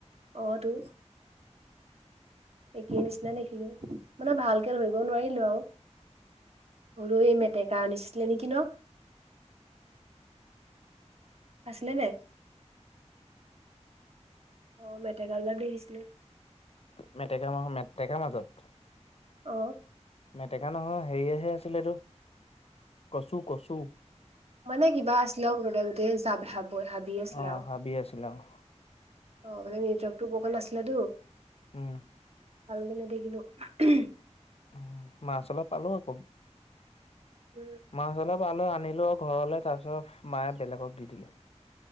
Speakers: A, on the right (about 60°); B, on the left (about 55°).
A: অ তু একেই নিচিনা দেখিলোঁ মানে ভালকে ধৰিব নোৱাৰিলোঁ আও। সৰু এই মেটেকা নিচছিলি নেকি ন। আছিলে নাই। অ মেটেকা অলপ দেখিছিলোঁ।
B: মেটেকা মাহ মেটেকা মাজত।
A: অ।
B: মেটেকা নহয় হেৰিহে আছিল এইটো কচু কচু।
A: মানে কিবা আছিলেও মুথতে গোটেই যাব হাব বৈ হাবি আছিলে
B: অ
A: আও।
B: হাবি আছিলে অ হ।
A: অ মানে নেটৱৰ্কতো বকে নাছিলেটো।
B: উম।
A: আৰু যে নেদেখিলোঁ উম হ
B: উম মাছ অলপ পালোঁ অক
A: উম
B: মাছ অলপ পালো আ। নিলো ঘৰলে তাৰপিছত মায়ে বেলেগক দি দিলে।